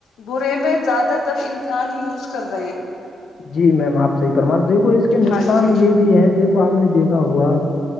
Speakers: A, on the left (about 85°); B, on the left (about 55°).
A: برے میں زیادہ تر انسان یوز کر رہے ہیں
B: جی میم آپ صحی پرمار دیکھو اس کے نقصان
A: ہاں جی
B: یہ بھی ہے دیک آپ نے دیکھا ہوا